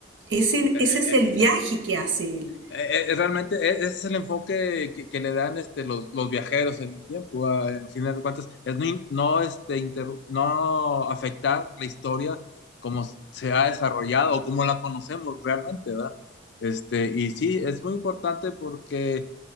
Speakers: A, on the right; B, on the left.
A: ese,
B: <laughs>
A: ese es el viaje que hace él.
B: Eh, eh, realmente e- ese es el enfoque que, que le dan este, los, los viajeros en el tiempo, ah, en final de cuentas, es no, in- no, este, interru- no afectar la historia como se ha desarrollado o como la conocemos realmente, ¿verdad? Este, y sí, es muy importante porque